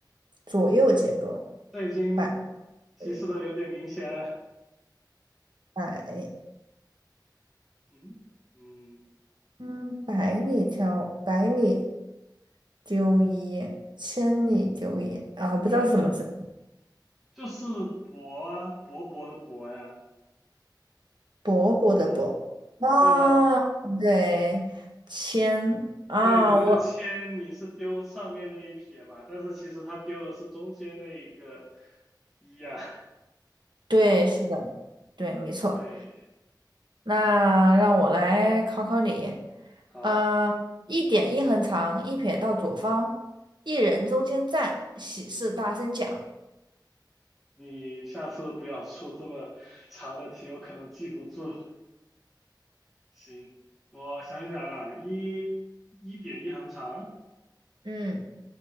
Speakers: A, on the right; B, in the centre.
A: 左右结构。
B: 这已经提示的有点明显了。
A: 百里百，
B: 嗯嗯，
A: 嗯，百里挑百里纠一，千里纠一啊，我不知道是什么字，
B: 对啊，就是薄啊，薄薄的薄呀。
A: 伯伯的伯。
B: 哦，
A: 啊，
B: 对啊，
A: 对，千啊，
B: 对你那个铅，
A: 我
B: 你是丢上面那一撇嘛，但是其实他丢的是中间那一个一呀，<laughs>
A: 对，是的，对，没错。
B: 对，
A: 那让我来考考你，
B: 好，
A: 啊、一点一横长，一撇到左方，一人中间站，喜事大声讲。
B: 你下次不要出这么长的题，我可能记不住。行，我想想啊，一一点一横长，
A: 嗯，